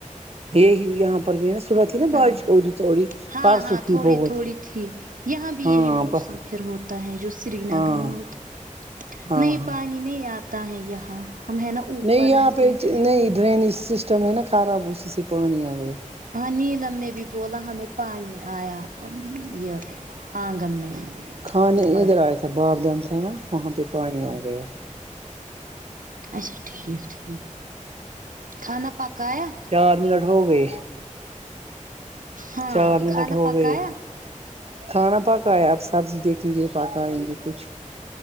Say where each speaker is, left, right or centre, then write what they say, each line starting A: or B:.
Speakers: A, on the right; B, on the right.
A: یہ ہی یہاں پر یہا صبح تھی نا
B: ہاں
A: بارش ٹھوڈی تھوڑی
B: ہاں
A: پرسوں
B: ہاں
A: تھی
B: تھوڑی
A: بہت
B: تھوڑی تھی یہاں بھی
A: ہاں
B: یہی موسم پھر ہوتا ہے جو سری
A: ہاں
B: نگر میں ہوتا ہے
A: ہاں
B: نہیں
A: ہاں
B: پانی نہیں آتا ہے یہاں ہم ہے نا اوپر
A: نہیں یہاں
B: رہتے
A: پہ
B: ہیں تھوڑا
A: نہیں ڈرینیج سسٹم ہے نا خراب اسی سے پانی آ گیا تھا
B: ہاں نیلم نے بھی بولا ہمیں پانی آیا یہ آنگن میں
A: کھانے
B: اوپر
A: ادھر ایا تھا بروبلم تھا نا وہاں پے پانی اگیا
B: اچھا ٹھیک ٹھیک کھانا پکایا
A: چار منٹ ہو گئے
B: ہاں
A: چار منٹ
B: کھانا
A: ہو
B: پکایا
A: گئے کھانا پکایا اب سبزی دیکھیں گے پکائیں گے کچھ